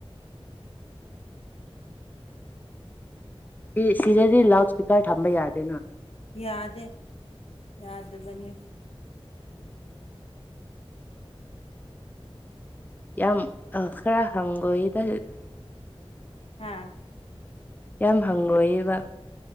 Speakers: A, on the left; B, on the left.
A: ꯁꯤ ꯁꯤꯗꯗꯤ ꯂꯥꯎꯗ ꯁꯄꯤꯀꯔ ꯊꯝꯕ ꯌꯥꯗꯦꯅ
B: ꯌꯥꯗꯦ ꯌꯥꯗꯕꯅꯤ
A: ꯌꯥꯝ ꯑ ꯈꯔ ꯍꯪꯒꯣꯏꯗ
B: ꯑꯥ
A: ꯌꯥꯝ ꯍꯪꯒꯣꯏꯌꯦꯕ